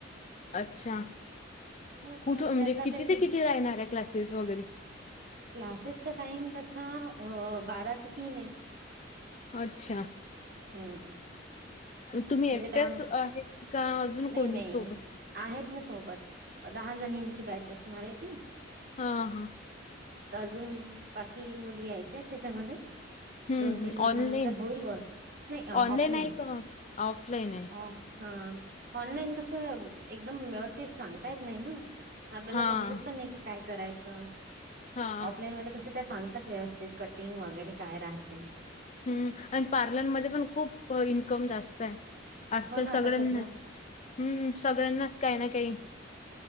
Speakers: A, on the left; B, on the right.
A: अच्छा
B: हम्म आता
A: कुठ म्हणजे
B: विचार चालू
A: किती
B: आहे
A: ते
B: की
A: किती राहणार आहे क्लास तेच वगैरे
B: क्लासेसचा टाइम तसा अ बारा ते तीन आहे
A: अच्छा
B: हम्म
A: तुम्ही
B: म्हणजे
A: एकट्याच
B: त्या नाही
A: आहेत का अजून कोणी
B: नाही
A: सोबत?
B: आहेत ना सोबत दहा जणची बॅच असणार आहे ती
A: हा हा
B: अजून बाकी मुली यायच्या आहेत त्याच्यामध्ये
A: हं,
B: दोन
A: हं.
B: तीन दिवसानंतर
A: ऑनलाईन.
B: होईल बर नाही
A: ऑनलाईन
B: ऑफलाईन
A: आहे का ऑफलाईन आहे?
B: आफ अ हा ऑनलाईन कसं एकदम व्यवस्थित सांगता येत नाही ना आपल्याला
A: हां,
B: समजत पण नाही कि काय करायचं
A: हां.
B: ऑफलाईन मध्ये कस त्या सांगतात व्यवस्थित कटिंग वगैरे काय राहते
A: हम्म आणि पार्लरमध्ये पण खूप इन्कम जास्त आहे आजकाल
B: हो ना
A: सगळ्यांनाच
B: आता सध्या
A: हम्म सगळ्यांनाच काही ना काही